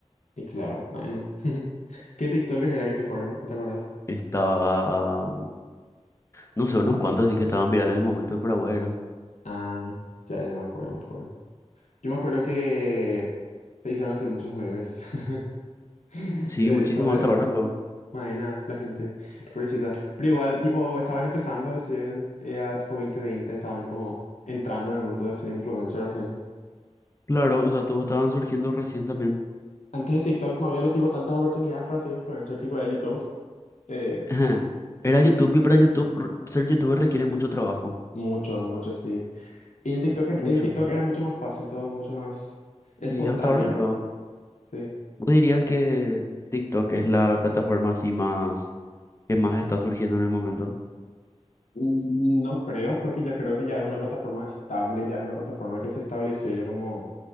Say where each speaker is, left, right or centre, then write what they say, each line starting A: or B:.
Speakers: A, on the left; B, on the left.
A: Y claro, bueno. <laughs> ¿Qué TikTokers era que se fueron? ¿No te acuerdas?
B: Estaba, no sé, unos cuantos así que estaban virales de momento de Paraguay eran.
A: Ah, ya, ya me acuerdo, me acuerdo. Yo me acuerdo que se hicieron así muchos memes <laughs>
B: Sí,
A: eh,
B: muchísimo
A: sobre
B: hasta
A: eso.
B: ahora luego.
A: Maena, la gente, pobrecita. Pero igual, tipo, estaban empezando recién, era tipo 2020 estaban como entrando en el mundo de ser influencer recién.
B: Claro, o sea, todos estaban surgiendo recién también.
A: Antes de TikTok no había lo tipo tantas oportunidades para ser influencer, tipo era YouTube. eh,
B: <laughs> Era YouTube y para YouTube, r- ser youtuber requiere mucho trabajo.
A: mucho, mucho, sí. Y en TikTok,
B: M-
A: er-
B: Mucho,
A: en TikTok
B: ¿no?
A: era mucho más fácil todo, mucho más espontáneo,
B: Sí, hasta ahora lo.
A: sí.
B: ¿Vos dirías que TikTok es la plataforma así más ¿Qué más está surgiendo en el momento?
A: Mm, No creo, porque ya creo que ya es una plataforma estable, ya es una plataforma que se estableció ya como,